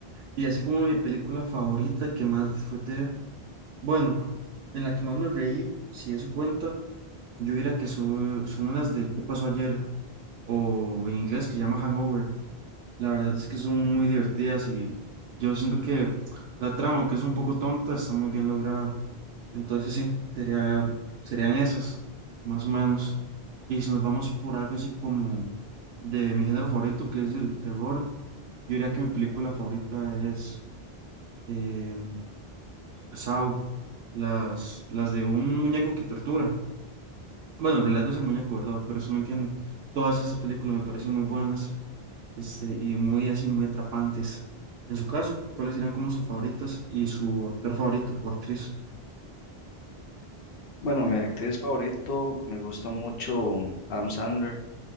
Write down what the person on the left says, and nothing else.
Bueno, mi actriz favorito me gusta mucho Adam Sandler.